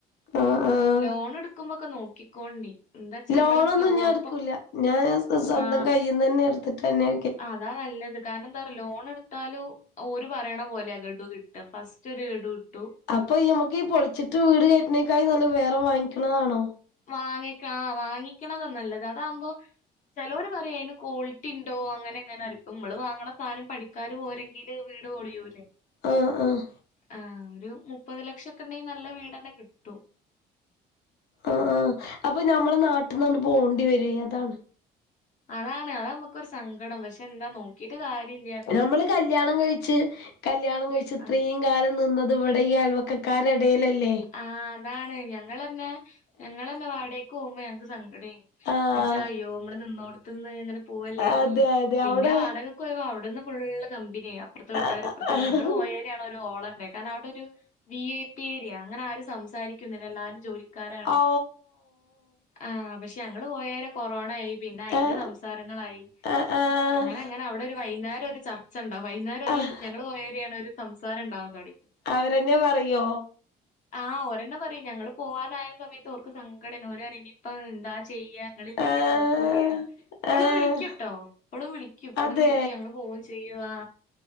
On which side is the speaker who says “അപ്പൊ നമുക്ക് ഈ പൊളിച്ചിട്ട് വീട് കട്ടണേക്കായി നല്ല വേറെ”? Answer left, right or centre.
Left